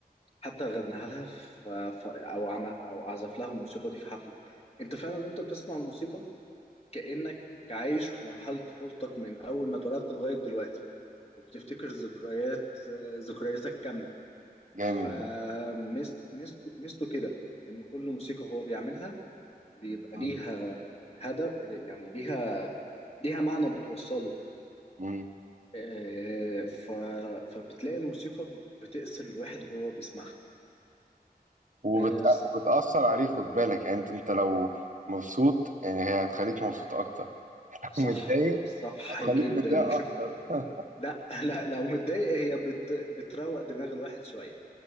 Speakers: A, on the left (about 40°); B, on the right (about 50°).
A: حتى غناها لها في في- أو عمل أو عزف لها الموسيقى دي في حفلة أنت فعلا وأنت بتسمع الموسيقى كأنك عايش في مرحلة طفولتك من أول ما اتولدت لغاية دلوقتي وبتفتكر ذكريات آه، ذكرياتك كاملة
B: جامد
A: فميزته
B: ده
A: كده إن كل موسيقى هو بيعملها بيبقى
B: مم.
A: ليها هدف يعني ليها ليها معنى بتوصله
B: مم.
A: آه، ف... فبتلاقي الموسيقى بتأثر الواحد وهو بيسمعها
B: وبت...
A: آه، ص-
B: وبتأثر عليه خد بالك يعني انت انت لو مبسوط يعني هي هتخليك مبسوط اكتر <laughs>
A: صح
B: لو متضايق
A: صح
B: هتخليك
A: جدا
B: متضايق
A: <laughs>
B: اكتر <laughs>
A: لا لا لو متضايق هي بت... بتروق دماغ الواحد شوية